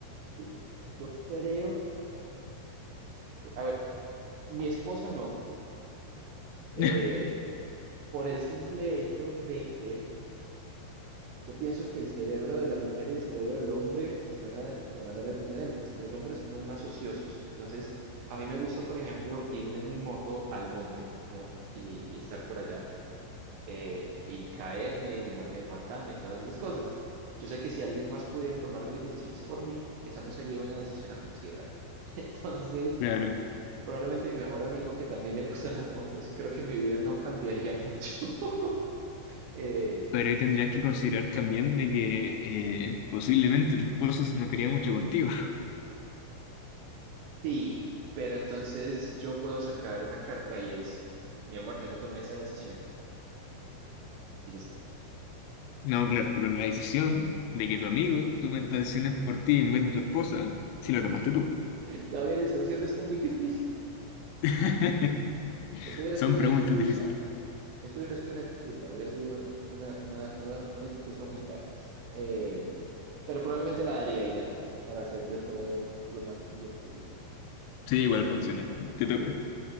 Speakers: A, on the right; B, on the left.
A: sí, yo creo que, a ver, mi esposa no. Eh,
B: <laughs>
A: por el simple hecho de que yo pienso que el cerebro de la mujer y el cerebro del hombre funciona de maneras diferentes. Los hombres somos más ociosos. Entonces, a mí me gusta, por ejemplo, irme en mi moto al monte, ¿no? Y, y estar por allá eh, y caerme y llenarme de pantano y todas esas cosas. Yo sé que si alguien más pudiera tomar mis decisiones por mí, esa no sería una decisión a considerar. <laughs> Entonces,
B: Claro,
A: probablemente mi mejor amigo que también le gustan las motos, creo que mi vida no cambiaría mucho. <laughs> Eh,
B: pero ahí tendrías que considerar también de que eh, posiblemente tu esposo no quería mucho contigo.
A: Sí, pero entonces yo puedo sacar una carta y es, mi amor, yo no tomé esa decisión. Y ya está.
B: No, claro, pero la decisión de que tu amigo tome las decisiones por ti en vez de tu esposa, si la tomaste tú.
A: <laughs> Gabriel, estás haciendo esto muy difícil.
B: <laughs>
A: Eso hubiera
B: Son
A: sido una
B: preguntas
A: excusa.
B: difíciles.
A: Eso hubiera sido una excusa. Hubiera sido una, una, una, una excusa muy fea. Eh, pero probablemente la daría y ya, para hacer de todo lo más sencillo posible.
B: Sí, igual funciona. Te toca.
A: Sí.